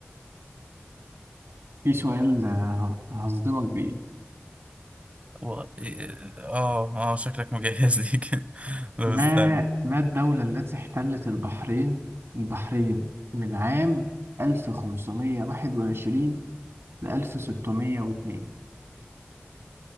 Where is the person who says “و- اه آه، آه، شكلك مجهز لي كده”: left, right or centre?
Right